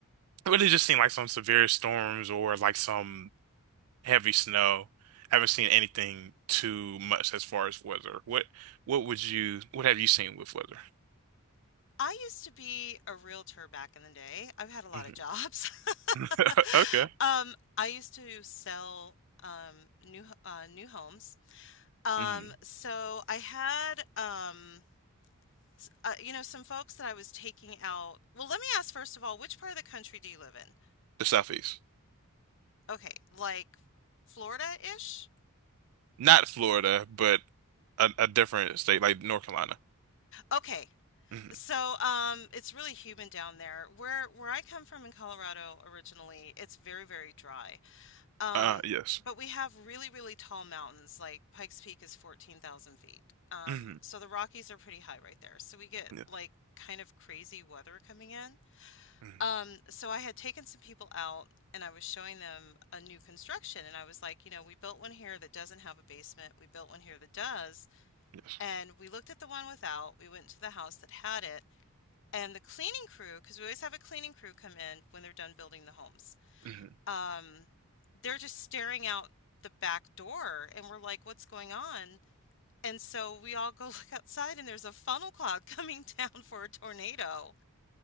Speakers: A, on the right (about 75°); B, on the left (about 55°).
A: it really just seen like some severe storms or like some heavy snow. I haven't seen anything too much as far as weather. What what would you what have you seen with weather?
B: I used to be a realtor back in the day. I've had a lot
A: Mm-hmm.
B: of jobs.
A: <laughs>
B: <laughs>
A: Okay.
B: Um, I used to sell um new h- uh, new homes. Um,
A: hmm
B: so I had um s- uh, you know some folks that I was taking out. Well, let me ask first of all, which part of the country do you live in?
A: The Southeast.
B: Okay, like Florida-ish?
A: Not Florida, but a, a different state like North Carolina.
B: Okay,
A: hmm
B: So, um, it's really humid down there. Where where I come from in Colorado originally, it's very, very dry. Um,
A: Uh, yes.
B: but we have really, really tall mountains. Like Pikes Peak is 14,000 feet. Um,
A: hmm
B: so the Rockies are pretty high right there. So we get
A: Yes.
B: like kind of crazy weather coming in.
A: hmm
B: Um, so I had taken some people out and I was showing them a new construction and I was like, you know, we built one here that doesn't have a basement. We built one here that does.
A: Yes.
B: And we looked at the one without. We went to the house that had it and the cleaning crew, because we always have a cleaning crew come in when they're done building the homes,
A: hmm
B: um, they're just staring out the back door, and we're like, "What's going on?" And so we all go <laughs> look outside, and there's a funnel cloud <laughs> coming down for a tornado.